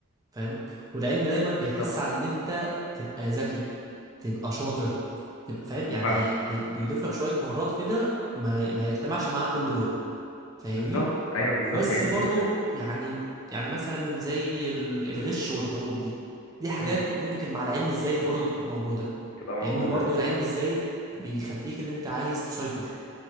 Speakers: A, on the right; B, on the left.
A: فاهم والعلم دايما بيحس
B: بالظبط
A: على ان انت تبقى ذكي تبقى شاطر تبقى فاهم يعني
B: فاهمة
A: بي... بيضيف لك شويه مهارات كده ما... ما يجتمعش معاها كل دول فاهمني
B: بالظبط ايوه بالظبط
A: بس
B: هي دي
A: برضو
B: الفكرة
A: يعني يعني مثلا زي ال- الغش والحروب دي دي حاجات
B: امم
A: ممكن مع العلم الزايد برضو تبقى موجودة
B: تبقى موجودة
A: لأن برضو العلم الزايد بيخليك إن أنت عايز تسيطر